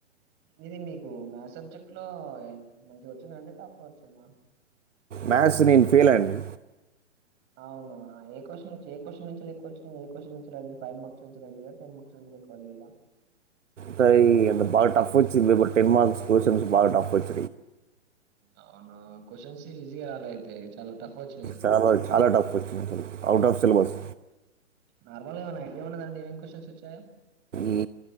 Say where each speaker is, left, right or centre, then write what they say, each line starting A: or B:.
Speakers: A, on the right (about 30°); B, on the right (about 80°).
A: ఇది మీకు మ్యాథ్ సబ్జెక్ట్ లో మంచిగా వచ్చిందంటే తకవచ్చుంద
B: మ్యాథ్స్ నేను ఫెయిల్ అండి
A: అవునా ఏ క్వశ్చ వచ్చి ఏ క్వశ్చన్ నుంచి ఎక్కువచ్చు నే ఏ క్వ్చన్ నుంచి అడి ఫైవ్ మార్క్స్ నుంచి అడిగ టెన్ మార్క్స్ నుంచికు అడిగలా
B: స అంత బాగా టఫ్ వచ్చేపు టెన్ మార్క్స్ బాగా టఫ్ వచ్చ
A: అవునా క్వశ్చన్స్ ఈజీగా రాలా అయితే చాలా టఫ్ వచ్చినయి.
B: చాలా చాలా డప్పు అ ఆవుట్ ఆఫ్ సిలేబస్
A: నార్మల్ ఏమైన్నా ఐటీ ఉన్నదండి ఏమి క్వశ్చన్స్ వచ్చాయా
B: ఈ